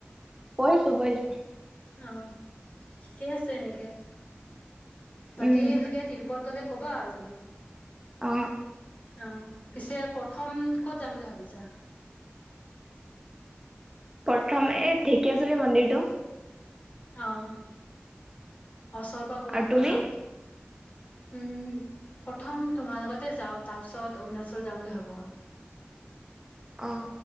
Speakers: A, on the right (about 15°); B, on the left (about 40°).
A: পঢ়িছো পঢ়িছো।
B: অ' ঠিকে আছে এনেকে বাকী
A: উম
B: এইফিলোকে তিৰুপত গ'লে। ক'বা আৰু তুমি
A: অ
B: অ পিছে প্ৰথম ক'ত যাম বুলি ভাবিছ জা
A: প্ৰথম এই ঢেকিয়াজুলি মন্দিৰটো
B: অহ! ওচৰৰ পৰা গৈ
A: আৰু
B: আহগৈ
A: তুমি
B: ন উম! প্ৰথম তোমাৰ লগতে যাও তাৰপিছত অৰুণাচল যাম বুলি ভাবো আও
A: অ!